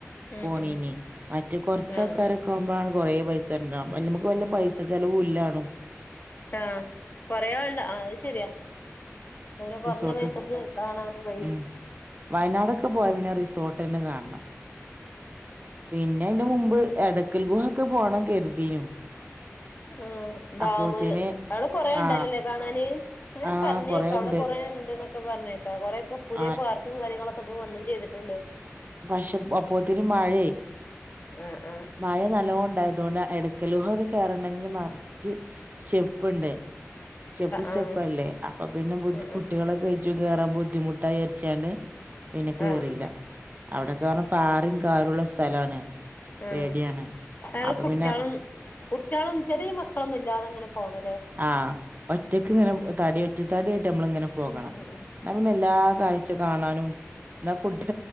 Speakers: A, on the left (about 40°); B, on the right (about 35°).
A: ഉം
B: പോണീനെ
A: ഉം
B: മറ്റ കൊറച്ച
A: ആഹ്
B: ആൾക്കാര വുമ്പോണ് കൊറേ പൈസ ഉണ്ടാവ ല് നമുക്ക് വല്ല പൈസ ചെലവു ഇല്ലാണു.
A: ആഹ് കൊറേ ആള്ണ്ട ആഹ് അത് ശെരിയാ. എ അവരെ
B: റിസോർട്ട്
A: കുറഞ്ഞ പൈസക്ക് കാണാനും കഴിയും
B: ഉം വയനാടൊക്കെ പോയ പിന്നെ റിസോർട്ട് തന്നെ കാണണം പിന്നെ അതിന്റെ മുമ്പ് എടയ്ക്കൽ ഗുഹ ഒക്കെ പോകണം കരുതീനു
A: ആഹ് ഡാം
B: അപ്പോത്തിന്
A: അവിടെ കൊറേ ഉണ്ടല്ലല്ലേ
B: ആ
A: കാണാന്. അവര്
B: ആ
A: പറഞ്ഞേക്കാം
B: കൊറേണ്ട്
A: അവിടെ കൊറേ ഉണ്ട്. ക്കെ പറഞ്ഞേക്കാ കുറേ ഇപ്പൊ പുതിയ
B: ആ
A: പാർക്കും കാര്യങ്ങളൊക്കെ ഇപ്പൊ വന്നും ചെയ്തിട്ടുണ്ട്.
B: പക്ഷെ അപ്പോത്തിനും മഴായി.
A: ആഹ് ആഹ്
B: മഴ നല്ലോം ഉണ്ടായതോണ്ട് ഇടക്ക ലോഹൊക്കെ കേയറണമെങ്കിൽ നിറച്ച്. ശെപ്പുണ്ടേ. ശപ്പ് ശെപ്പല്ലേ
A: ആഹ്
B: അപ്പൊ പിന്നെ ബു
A: ആഹ്
B: കുട്ടികളെ കഴിച്ചു കേറാ ബുദ്ധിമുട്ടായിരിച്ചണ്ട്. പിന്നെ കേറീല്ല.
A: ആഹ് ആഹ്
B: അവിടൊക്കെ പറഞ്ഞാ പാറേം കാറും ഉള്ള സ്ഥലാണ്
A: ആ
B: പേടിയാണ്
A: അയാള്
B: അപ്പൊ
A: കുട്ടികളും
B: പിന്നെ
A: കുട്ടികളും ചെറിയ മക്കളൊന്നും ഇല്ലാതെ എങ്ങനെ പോണല്ലേ
B: ആ ഒറ്റക്ക് ഇങ്ങനെ തടി ഒറ്റ തടി ആയിട്ട് നമ്മള് ഇങ്ങനെ പോകണം.
A: ഉം ഉം ഉം
B: അങ്ങിനെ എല്ലാ കാഴ്ച കാണാനും എന്നാ കുട്ടി